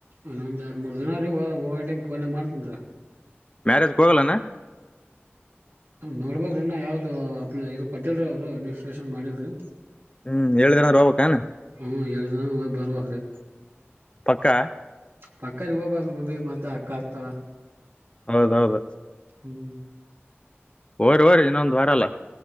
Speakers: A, on the right; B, on the left.
A: ಇನ್ನೊಂದ ಎರಡು ಮೂರು ದಿನ ಅ ಹೋಗ ಹೋಗಮೇಟ್ ಫೋನ ಗೆ ಮರೆತು ಬಿಡು.
B: ಮ್ಯಾರೇಜ್ಗೆ ಹೋಗೋಲನ್.
A: ನೋಡಬೇಕಿನ್ನರನ್ನ ಯಾವ್ದು ಅಪ್ ಇ ಕೊಟ್ಟಿಲ್ರರಿ ಅವ್ರು ವಿನಿಸ್ಟ್ರೇಷನ್ ಮಾಡಿಲ್ರಿ.
B: ಹ್ಮ್ಹೇಳಿದ್ರನಿ ಏನರ್ ಹೋಗಬೇಕ್ನ್
A: ಹ್ಮ ಹೇಳಿದರ ಬರಬೇಕು ರಿ.
B: ಪಕ್ಕಾ.
A: ಪಕ್ಕ ರ ಹೋಗಬ ಮತ್ತ ಅಕ್ಕ ಹಾಕ್ತಾಳ.
B: ಹೌದೌ ಹೌದ.
A: ಹ್ಮ್
B: ಹೋಗು ಹೋಗ್ರಿ ಇನ್ನೊಂದು ವಾರಲ್ಲ